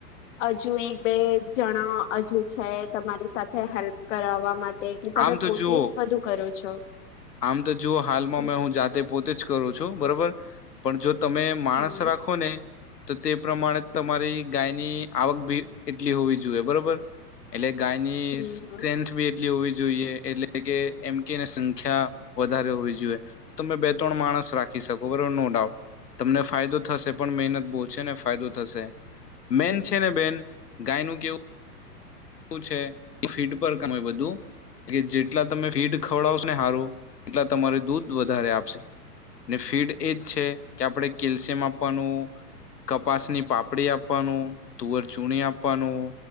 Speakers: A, on the left; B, on the left.
A: હજુ એક બે જણા હજુ છે તમારી સાથે હેલ્પ કરાવવા માટે કે તમે
B: આમ તો
A: પોતે
B: જુઓ
A: જ બધું કરો છો.
B: આમ તો જુઓ હાલમાં
A: હમ
B: મે હું જાતે પોતે જ કરું છું બરાબર પણ જો તમે માણસ
A: હમ
B: રાખો ને તો તે પ્રમાણે તમારી ગાયની આવક ભી એટલી હોવી જોઈએ બરોબર એટલે ગાયની
A: હમ
B: સ્ટ્રેન્થ
A: હમ
B: બી એટલી હોવી જોઈએ એટલે કે એમ કેને સં વધારે હોવી જોઈએ તો તમે બે ત્રણ માણસ રાખી શકો બરોબર નો ડઉટ તમને ફાયદો થશે પણ મહેનત બહો છે ને ફાયદો થશે. મન છે ને બેન ગાયનું કેવ શું છે એ ફીડ પર કમે બધું કે જેટલા તમે ફીડ ખવડાવશો ને સારો એટલા તમારે દૂધ વધારે આપશે ને ફીડ એજ છે કે આપણે કેલ્શિયમ આપવાનું કપાસ ની પાપડી આપવાનું તુવર ચૂણી આપવાનું